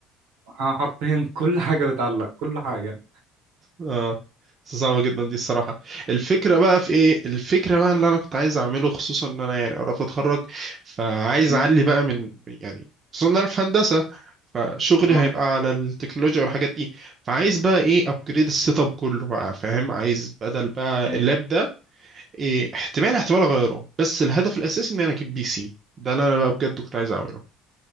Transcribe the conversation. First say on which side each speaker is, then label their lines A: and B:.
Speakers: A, on the right; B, on the right.
A: ح- حرفيا كل حاجة بتعلق كل حاجة
B: اه بس صعبة جدا دي الصراحة الفكرة بقى في ايه الفكرة بقى اللي انا كنت عايز اعمله خصوصا ان انا يعني قربت اتخرج فعايز
A: مم.
B: اعلي بقى من يعني خصوصا ان انا في هندسة فشغلي
A: اه
B: هيبقى على التكنولوجيا والحاجات دي فعايز بقى ايه ابجريد السيت اب كله بقى فاهم عايز بدل بقى
A: اي
B: اللاب ده إيه احتمال احتمال اغيره بس الهدف الاساسي ان انا اجيب بي سي ده اللي انا بقى بجد كنت عايز اعمله